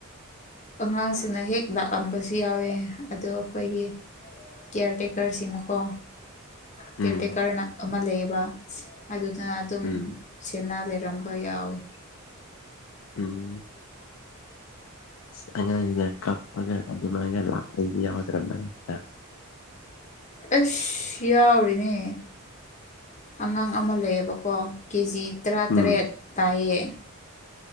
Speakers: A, on the left (about 35°); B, on the left (about 65°).
A: ꯑꯉꯥꯡꯁꯤꯡꯅ ꯍꯦꯛ ꯂꯥꯛꯑꯝꯕꯁꯨ ꯌꯥꯎꯋꯦ ꯑꯗꯣ ꯑꯩꯈꯣꯏꯒꯤ ꯀꯤꯌꯔ ꯇꯦꯛꯀꯔꯁꯤꯡꯅꯀꯣ ꯀꯤꯌꯔ
B: ꯎꯝ
A: ꯇꯦꯛꯀꯔꯅ ꯑꯃ ꯂꯩꯌꯦꯕ ꯑꯗꯨꯗꯨꯅ ꯑꯗꯨꯝ
B: ꯎꯝ
A: ꯁꯦꯅꯥ ꯂꯩꯔꯝꯕ ꯌꯥꯎꯋꯦ
B: ꯎꯝ ꯑꯁ ꯑꯉꯥꯡꯖꯤꯅ ꯀꯥꯞꯄꯒ ꯑꯗꯨꯃꯥꯏꯒ ꯂꯥꯛꯄꯥꯗꯤ ꯌꯥꯎꯗ꯭ꯔ ꯃꯔꯛꯇ
A: ꯑꯁ ꯌꯥꯎꯔꯤꯅꯦ ꯑꯉꯥꯡ ꯑꯃ ꯂꯩꯌꯦꯕꯀꯣ ꯀꯦꯖꯤ ꯇ꯭ꯔꯥꯇꯔꯦꯠ
B: ꯎꯝ
A: ꯇꯥꯏꯌꯦ